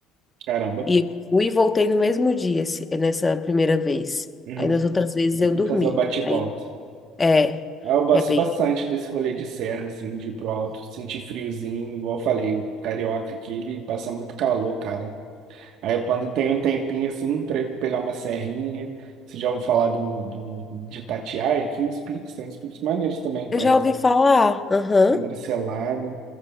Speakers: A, on the right; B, on the left.
A: Caramba.
B: E eu fui e voltei no mesmo dia, esse- nessa primeira vez.
A: Uhum.
B: Aí nas outras vezes
A: Vou
B: eu dormi.
A: fazer o bate-volta.
B: Aí, é,
A: Ah, Eu gosto
B: é bem.
A: bastante desse rolê de serra, assim, de ir pro alto, sentir friozinho, igual eu falei, carioca aqui, ele passa muito calor, cara. Aí quando tem um tempinho, assim, pra eu pegar uma serrinha, você já ouviu falar do, do, de Itatiaia aqui, os picos, tem os picos maneiros também,
B: Eu
A: Pedra,
B: já ouvi falar. Aham.
A: Pedra Selada.